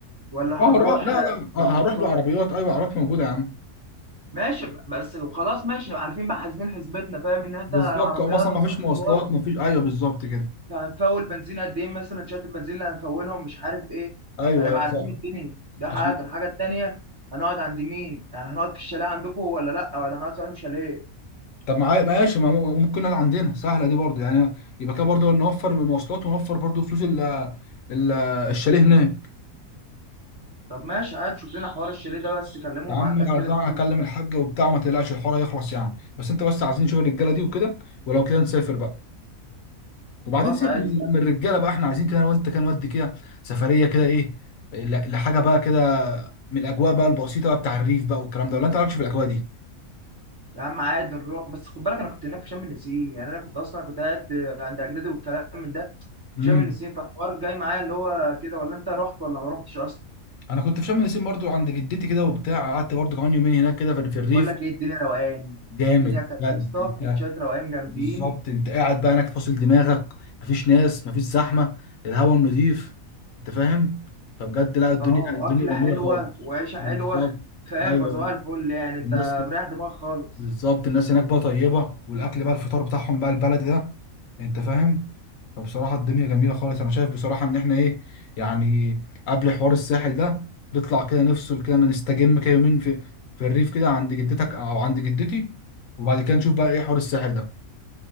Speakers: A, on the right (about 25°); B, on the left (about 70°).
A: ولا
B: اه
A: هنروح
B: لا لا لا، اه
A: مواصلات
B: هروح بالعربيات ايوه عربيات موجوده يا عم
A: ماشي بس وخلاص ماشي عارفين بقى حاسبين حسبتنا فاهم ان انت
B: بالظبط
A: العربيات
B: اه مثلا ما
A: هتروح
B: فيش
A: مشوار
B: مواصلات ما فيش ايوه بالظبط كده
A: هنفول بنزين قد ايه مثلا شات البنزين اللي هنفولهم مش عارف ايه
B: ايوه
A: فنبقى
B: ايوه
A: عارفين
B: صح
A: الدنيا ده
B: عشان
A: حاجه الحاجه التانيه هنقعد عند مين يعني هنقعد في الشاليه عندكم ولا لا ولا هنقعد في انهي شاليه
B: طب معايا ماشي ما مو- ممكن نقعد عندنا سهله دي برضو يعني يبقى كده برضو نوفر من المواصلات ونوفر برضو فلوس ال ال- الشاليه هناك
A: طب ماشي عادي شوف لنا حوار الشاليه ده بس كلمهم
B: يا عم
A: عندك
B: خلصانة،
A: كده شوف
B: هكلم
A: الدنيا
B: الحاجه وبتاع ما تقلقش الحوار هيخلص يعني بس انت بس عايزين نشوف الرجاله دي وكده ولو كده نسافر بقى وبعدين
A: خلاص
B: سيبك
A: عادي
B: من
A: سهل.
B: من الرجاله بقى احنا عايزين كده انا وانت كده نودي كده سفريه كده ايه ل- لحاجه بقى كده من الاجواء بقى البسيطه بقى بتاع الريف بقى والكلام ده ولا انت مالكش في الاجواء دي
A: يا عم عادي نروح بس خد بالك انا كنت هناك في شم النسيم يعني انا كنت اصلا كنت قاعد عند اجدادي والكلام من ده في
B: امم
A: شم النسيم فالحوار جاي معايا اللي هو كده ولا انت رحت ولا ما رحتش اصلا
B: انا كنت في شم النسيم برضو عند جدتي كده وبتاع قعدت برضو كمان يومين هناك كده في في الريف
A: بقول لك ايه الدنيا روقان
B: جامد
A: الدنيا كانت
B: بجد
A: يا اسطى
B: انت
A: كوتشات روقان جامدين
B: بالظبط انت قاعد بقى هناك فاصل دماغك مفيش ناس مفيش زحمه الهواء النضيف انت فاهم فبجد لا الدنيا
A: اه
B: الدنيا
A: اكله
B: جميله
A: حلوه
B: خالص
A: وعيشه
B: بالظبط
A: حلوه فاهم
B: ايوه
A: فصباح الفل يعني انت
B: الناس
A: مريح دماغك خالص
B: بالظبط الناس هناك بقى طيبة والأكل بقى الفطار بتاعهم بقى البلدي ده أنت فاهم؟ فبصراحة الدنيا جميلة خالص أنا شايف بصراحة إن إحنا إيه يعني قبل حوار الساحل ده نطلع كده نفصل كده نستجم كده يومين في في الريف كده عند جدتك أو عند جدتي وبعد كده نشوف بقى إيه حوار الساحل ده